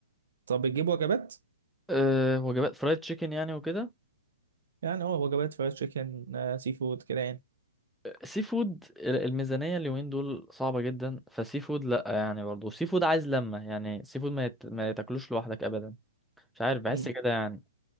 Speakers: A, on the right; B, in the centre.
A: طب بتجيب وجبات
B: أه وجبات فرايد تشيكن يعني وكده
A: يعني اه وجبات فرايد تشيكن آه، سي فود كده
B: سي فود الميزانية اليومين دول صعبة جدا فسي فود لأ يعني برضه سي فود عايز لمة يعني سي فود ما, يت... ما يتاكلوش لوحدك أبدا مش عارف بحس
A: يعني
B: كده يعني